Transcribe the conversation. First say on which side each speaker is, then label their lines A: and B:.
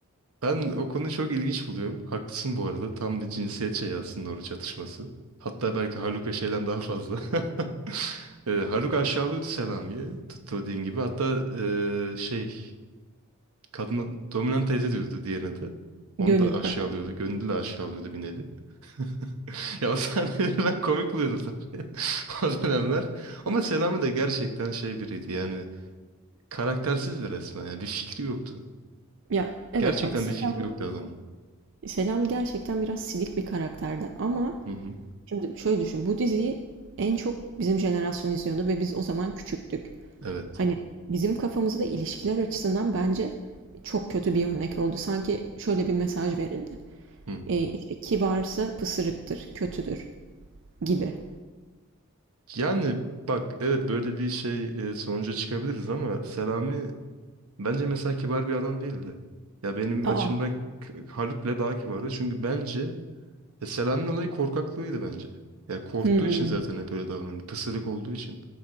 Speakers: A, on the right (about 85°); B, on the right (about 60°).
A: Ben o konuyu çok ilginç buluyorum. Haklısın bu arada. Tam bir cinsiyet şeyi aslında oru çatışması. Hatta belki Haluka şeyden daha fazla. <laughs> e, Haluk aşağılıyordu Selami'yi. Tuttu dediğin gibi. Hatta e, şey kadına dominant teyze diyordu diğerine de. Onu
B: Gönül.
A: da aşağılıyordu.
B: <laughs> hı hı.
A: Gönüllü de aşağılıyordu bir nevi. <laughs> Ya o sahneleri ben komik buluyordum tabii. <laughs> O dönemler. Ama Selami de gerçekten şey biriydi yani karaktersizdi resmen. Yani bir fikri yoktu.
B: Ya evet
A: Gerçekten
B: bak Selam,
A: bir fikri yoktu adamın.
B: Selam gerçekten biraz silik bir karakterdi. Ama
A: Hı hı.
B: şimdi şöyle düşün. Bu diziyi en çok bizim jenerasyon izliyordu ve biz o zaman küçüktük.
A: Evet.
B: Hani bizim kafamızda ilişkiler açısından bence çok kötü bir örnek oldu. Sanki şöyle bir mesaj verildi.
A: Hı.
B: E, işte kibarsa pısırıktır, kötüdür gibi.
A: Yani bak evet böyle bir şey e, sonuca çıkabiliriz ama Selami bence mesela kibar bir adam değildi. Ya benim
B: Aa,
A: açımdan K- Haluk'le daha kibardı. Çünkü bence Ya Selami'nin olayı korkaklığıydı bence. Ya korktuğu
B: hmm,
A: için zaten hep öyle davrandı. Pısırık olduğu için.